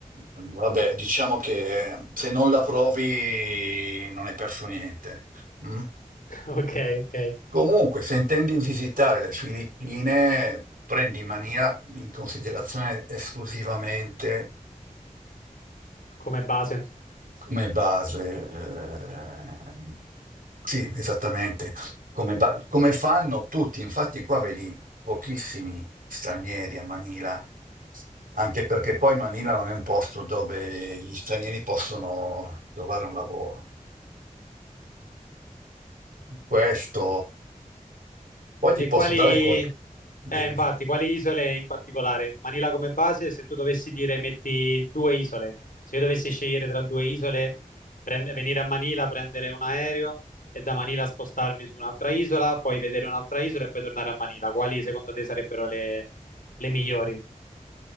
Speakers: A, on the right; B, on the left.
A: Vabbè, diciamo che se non la provi non hai perso niente. mm?
B: <laughs> Ok, ok.
A: Comunque, se intendi visitare le Filippine, prendi in maniera in considerazione esclusivamente
B: Come base.
A: come base, eh, sì, esattamente, come, ba- come fanno tutti, infatti qua vedi pochissimi stranieri a Manila, anche perché poi Manila non è un posto dove gli stranieri possono trovare un lavoro. Questo, poi ti
B: E
A: posso
B: quali,
A: dare qualche... Dimmi.
B: eh, infatti, quali isole in particolare? Manila come base, se tu dovessi dire metti due isole, se io dovessi scegliere tra due isole, prend- venire a Manila, prendere un aereo e da Manila spostarmi su un'altra isola, poi vedere un'altra isola e poi tornare a Manila, quali secondo te sarebbero le, le migliori?